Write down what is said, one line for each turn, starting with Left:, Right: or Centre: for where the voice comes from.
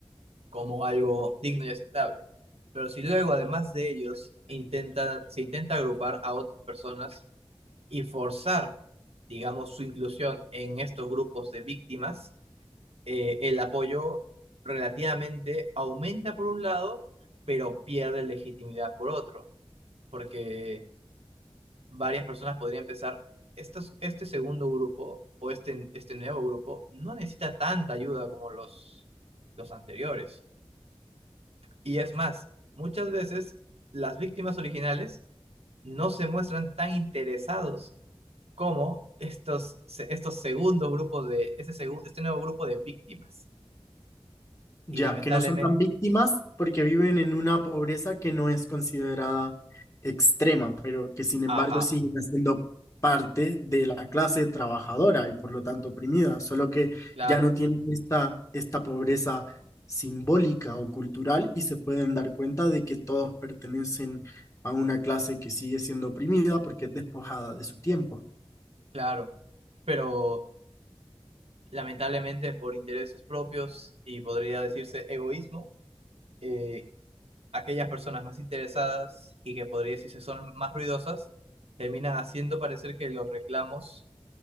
Right: como algo digno y aceptable. Pero si luego, además de ellos, intenta, se intenta agrupar a otras personas y forzar, digamos, su inclusión en estos grupos de víctimas, eh, el apoyo relativamente aumenta por un lado, pero pierde legitimidad por otro, porque varias personas podrían pensar, este, este segundo grupo o este, este nuevo grupo no necesita tanta ayuda como los, los anteriores. Y es más, muchas veces las víctimas originales no se muestran tan interesados como estos, estos segundos grupos de, este, segu, este nuevo grupo de víctimas.
Left: Ya,
Right: Y lamentablemente,
Left: que no son tan víctimas porque viven en una pobreza que no es considerada extrema, pero que sin embargo
Right: ajá,
Left: siguen siendo parte de la clase trabajadora y por lo tanto oprimida, solo que
Right: claro,
Left: ya no tienen esta, esta pobreza simbólica o cultural y se pueden dar cuenta de que todos pertenecen a una clase que sigue siendo oprimida porque es despojada de su tiempo.
Right: claro, pero lamentablemente por intereses propios y podría decirse egoísmo, eh, aquellas personas más interesadas y que podría decirse son más ruidosas, terminan haciendo parecer que los reclamos